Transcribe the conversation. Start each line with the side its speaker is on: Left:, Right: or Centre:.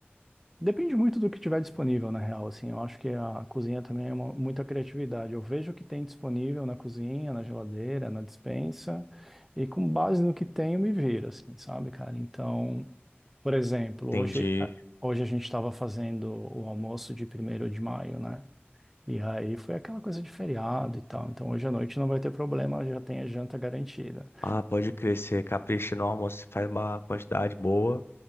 Centre: Depende muito do que tiver disponível, na real, assim. Eu acho que a cozinha também é uma- muita criatividade. Eu vejo o que tem disponível na cozinha, na geladeira, na despensa, e com base no que tem eu me viro, assim, sabe, cara? Então, por exemplo,
Left: Entendi.
Centre: hoje, hoje a gente estava fazendo o almoço de primeiro de maio, né? E aí foi aquela coisa de feriado e tal. Então hoje à noite não vai ter problema, já tem a janta garantida.
Left: Ah, pode crescer, capricha no almoço, você faz uma quantidade boa